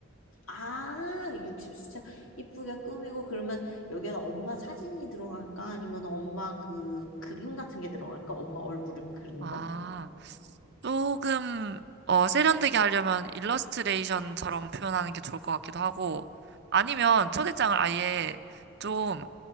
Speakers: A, on the left; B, on the right.
A: 아, 60수자 이쁘게 꾸미고 그러면 여기에는 엄마 사진이 들어갈까? 아니면 엄마 그 그림 같은 게 들어갈까? 엄마 얼굴을 그린
B: 아,
A: 거?
B: 조금 어, 세련되게 하려면 일러스트레이션처럼 표현하는 게 좋을 것 같기도 하고 아니면 초대장을 아예 좀